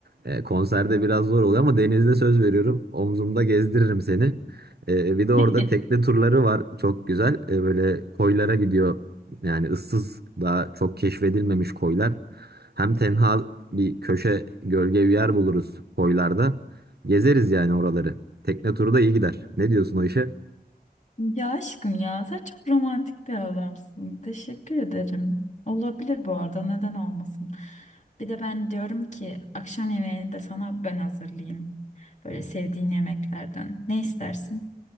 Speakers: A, on the right; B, on the left.
A: E, konserde biraz zor oluyor ama denizde söz veriyorum. Omzumda gezdiririm seni. E, bir de orada
B: <laughs>
A: tekne turları var. Çok güzel. E, böyle koylara gidiyor. Yani ıssız daha çok keşfedilmemiş koylar. Hem tenha bir köşe gölge bir yer buluruz koylarda. Gezeriz yani oraları. Tekne turu da iyi gider. Ne diyorsun o işe?
B: Ya aşkım ya sen çok romantik bir adamsın. Teşekkür ederim. Olabilir bu arada neden olmasın. Bir de ben diyorum ki akşam yemeğini de sana ben hazırlayayım. Böyle sevdiğin yemeklerden. Ne istersin?